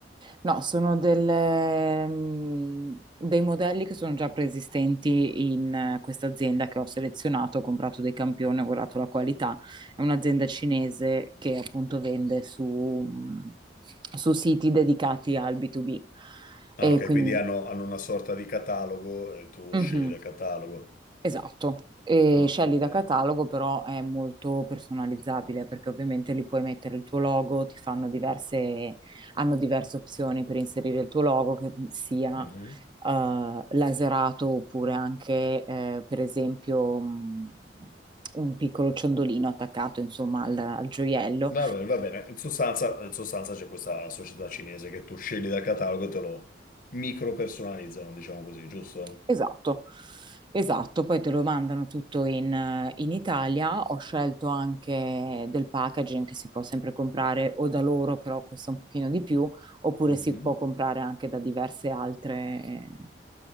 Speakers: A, on the right (about 25°); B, on the left (about 50°).
A: No, sono delle, mm, dei modelli che sono già preesistenti in eh, questa azienda che ho selezionato, ho comprato dei campioni, ho guardato la qualità. È un'azienda cinese che appunto vende su, mm, su siti dedicati al B2B.
B: Ah,
A: E
B: ok,
A: quindi,
B: quindi hanno, hanno una sorta di catalogo e tu
A: Mhm.
B: scegli dal catalogo.
A: Esatto, e
B: Ah,
A: scegli
B: ok.
A: da catalogo però è molto personalizzabile perché ovviamente lì puoi mettere il tuo logo, ti fanno diverse, hanno diverse opzioni per inserire il tuo logo che sia
B: Mhm.
A: eh, laserato oppure anche eh, per esempio mh, un piccolo ciondolino attaccato insomma al, al gioiello
B: Va bene, va bene. In sostanza, in sostanza c'è questa società cinese che tu scegli dal catalogo e te lo micro personalizzano, diciamo così, giusto?
A: Esatto, esatto, poi te lo mandano tutto in, eh, in Italia. Ho scelto anche del packaging che si può sempre comprare o da loro, però costa un pochino di più, oppure
B: Mhm.
A: si può comprare anche da diverse altre, eh,